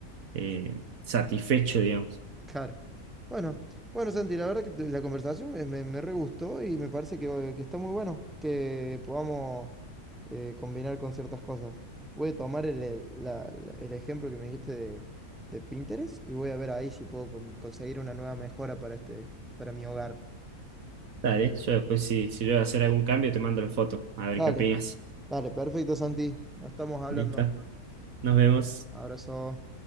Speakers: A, on the right; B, in the centre.
A: eh, satisfecho, digamos.
B: Claro. Bueno, bueno, Santi, la verdad que la conversación me, me, me re gustó y me parece que, que está muy bueno que podamos eh, combinar con ciertas cosas. Voy a tomar el, el- la- la- el ejemplo que me dijiste de, de Pinterest y voy a ver ahí si puedo con- conseguir una nueva mejora para este, para mi hogar.
A: Dale, yo después si, si yo voy a hacer algún cambio te mando la foto, a ver
B: Dale,
A: qué opinas.
B: dale, perfecto, Santi. Nos estamos hablando.
A: Listo, nos vemos.
B: Abrazo.